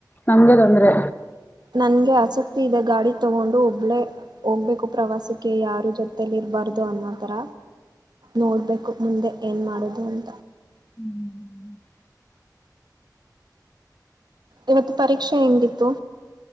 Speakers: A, on the left; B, on the right.
A: ನಮ್ಗೆ ತೊಂದ್ರೆ
B: ನನ್ಗೆ ಆಸಕ್ತಿ ಇದೆ ಗಾಡಿ ತಗೊಂಡು ಒಬ್ಳೇ ಹೋಗ್ಬೇಕು ಪ್ರವಾಸಕ್ಕೆ ಯಾರು ಜೊತಲಿ ಇರಬಾರ್ದು ಅನ್ನೋಥರ ನೋಡ್ಬೇಕು ಮುಂದೆ ಏನ್ ಮಾಡ ಕದಲ್
A: ಹ್ಞ
B: ಇವತ್ತು ಪರೀಕ್ಷೆ ಎಂದಿತ್ತು